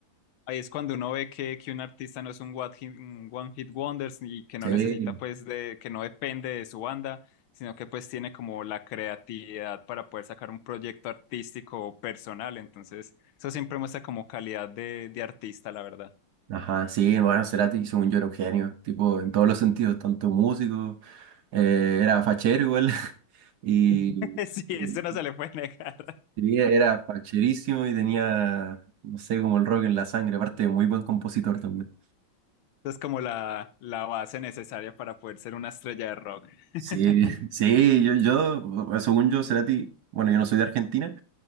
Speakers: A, on the left; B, on the right.
A: Ahí es cuando uno ve que, que un artista no es un what hit- un one hit wonders y que no
B: Sí,
A: necesita pues de, que no depende de su banda, sino que pues tiene como la creatividad para poder sacar un proyecto artístico o personal. Entonces, eso siempre muestra como calidad de, de artista, la verdad.
B: ajá, sí, bueno, Cerati, según yo, era un genio, tipo, en todos los sentidos, tanto músico, eh, era fachero igual, <laughs> y,
A: <laughs> Sí, eso
B: y-
A: no se le puede negar.
B: y era facherísimo y tenía, no sé, como el rock en la sangre, aparte, muy buen compositor también.
A: <laughs> es como la, la base necesaria para poder ser una estrella de rock. <laughs>
B: Sí, sí, yo, yo, bueno, según yo, Cerati, bueno, yo no soy de Argentina,